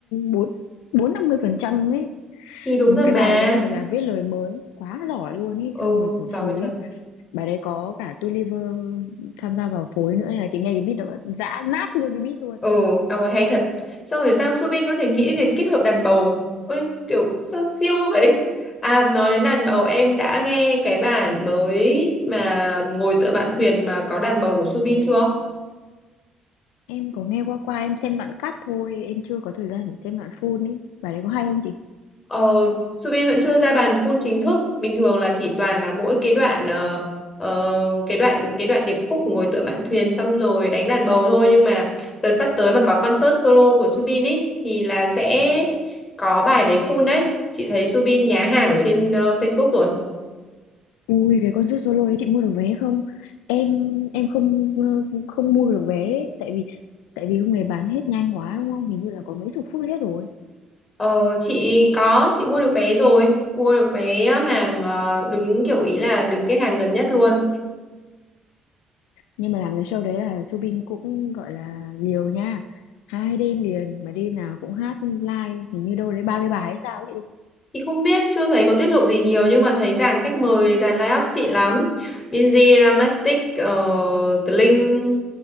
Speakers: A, on the left; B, on the left.
A: bốn bốn năm mươi phần trăm ấy
B: thì đúng
A: Ừ,
B: rồi
A: cái
B: mà
A: bài đấy là là viết lời mới quá giỏi luôn ý
B: ừ
A: xong rồi kiểu
B: giỏi
A: phối
B: thật
A: bài đấy có cả Tulliver tham gia vào phối nữa là chị nghe cái beat đó dã nát luôn cái beat luôn
B: ừ ờ, à, hay thật xong rồi sao Subin có thể nghĩ đến việc kết hợp đàn bầu ôi kiểu sao siêu vậy à nói đến đàn bầu em đã nghe cái bản mới mà ngồi tựa mạn thuyền mà có đàn bầu của Subin chưa
A: em có nghe qua qua em xem đoạn cắt thôi em chưa có thời gian để xem đoạn full ấy bài đấy có hay không chị?
B: Ờ, Subin vẫn chưa ra bàn full chính thức bình thường là chỉ toàn là mỗi cái đoạn ờ, ờ, cái đoạn cái đoạn điệp khúc của ngồi tựa mạn thuyền xong rồi đánh đàn bầu thôi nhưng mà đợt sắp tới mà có concert solo của Subin ý thì là sẽ có bài đấy full đấy chị thấy Subin nhá hàng ở trên ờ, Facebook rồi
A: Ui cái concert solo đấy chị mua được vé không? Em em không ờ, không mua được vé ấy, tại vì tại vì hôm nay bán hết nhanh quá đúng không? Hình như là có mấy chục phút hết rồi.
B: ờ, chị có chị mua được vé rồi mua được vé hàng ờ, đứng kiểu ý là đứng cái hàng gần nhất luôn
A: Nhưng mà làm cái show đấy là Subin cũng gọi là liều nha. Hai đêm liền mà đêm nào cũng hát live hình như đâu đấy 30 bài hay sao ấy chị đúng.
B: Chị không biết, chưa thấy có tiết lộ gì nhiều nhưng mà thấy dàn khách mời, dàn line-up xịn lắm. Binz, Ramastic, uh, The Linh,